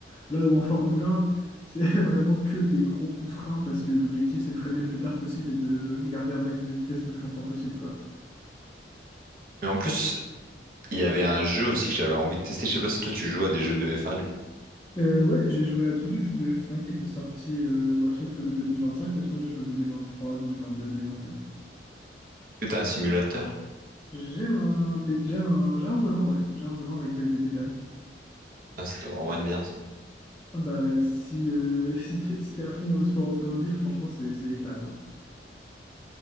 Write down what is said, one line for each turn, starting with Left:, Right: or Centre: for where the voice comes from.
Left: Là où en Formule 1, c'est <laughs> vraiment que des gros coups de frein parce que l'objectif, c'est de freiner le plus tard possible et de garder un max de vitesse le plus longtemps possible, quoi.
Right: Mais en plus, il y avait un jeu aussi que j'avais envie de tester. Je sais pas si toi tu joues à des jeux de F1 du coup.
Left: Euh, ouais, j'ai joué à tous les jeux de f un qui étaient sortis, euh, bon, sauf le cinq mais sinon j'ai joué à 2023, 2022, un
Right: Est-ce que T'as un simulateur?
Left: J'ai un, pé- j'ai un, j'ai un volant, ouais, j'ai un volant avec euh, des pédales.
Right: Ah, ça doit vraiment être bien ça.
Left: Ah bah, si euh, <laughs> si t'es si t'es à fond dans le sport automobile, franchement, c'est c'est l'éclate. hein.